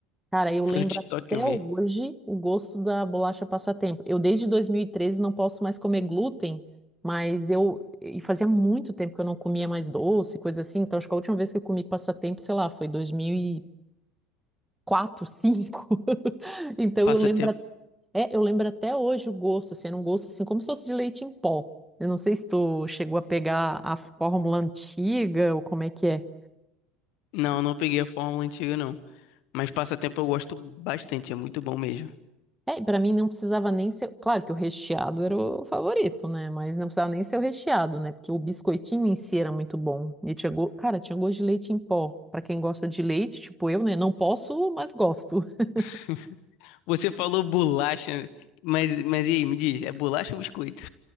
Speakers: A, in the centre; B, on the left.
A: Cara, eu
B: Foi
A: lembro
B: no TikTok
A: até
B: que eu vi.
A: hoje o gosto da bolacha passatempo. Eu desde 2013 não posso mais comer glúten, mas eu e fazia muito tempo que eu não comia mais doce, coisa assim. Então acho que a última vez que eu comi passatempo, sei lá, foi 2004, 2005. <laughs> Então
B: Passatempo.
A: eu lembro, até- eu lembro até hoje o gosto, assim, era um gosto assim como se fosse de leite em pó. Eu não sei se tu chegou a pegar a fórmula antiga ou como é que é.
B: Não, não peguei a fórmula antiga, não. Mas passatempo eu gosto bastante, é muito bom mesmo.
A: É, para mim não precisava nem ser. Claro que o recheado era o favorito, né? Mas não precisava nem ser o recheado, né? Porque o biscoitinho em si era muito bom. E tinha go... Cara, tinha gosto de leite em pó. Pra quem gosta de leite, tipo eu, né? Não posso, mas gosto. <laughs>
B: <laughs> Você falou bolacha, mas, mas e aí, me diz, é bolacha ou biscoito?